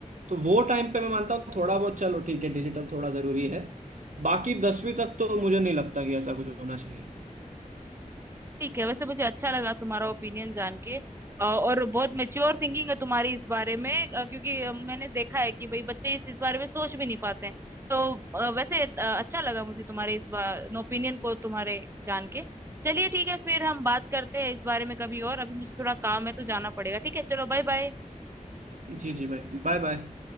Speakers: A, on the right; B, on the right.
A: तो वो टाइम पे मैं मानता हूँ थोड़ा बहुत चलो ठीक है डिजिटल थोड़ा जरूरी है बाकी दसवीं तक तो मुझे नहीं लगता कि ऐसा कुछ होना चाहिए
B: ठीक है वैसे मुझे अच्छा लगा तुम्हारा ओपिनियन जान के अ, और बहुत मेच्योर थिंकिंग है तुम्हारी इस बारे में अ, क्योंकि अ, मैंने देखा है कि भाई बच्चे इस इस बारे में सोच भी नहीं पाते हैं तो अ, वैसे अ, अच्छा लगा मुझे तुम्हारे इस बार ओपिनियन को तुम्हारे जान के चलिए ठीक है फिर हम बात करते हैं इस बारे में कभी और अभी मुझे थोड़ा काम है तो जाना पड़ेगा ठीक है चलो बाय बाय
A: जी जी भाई बाय बाय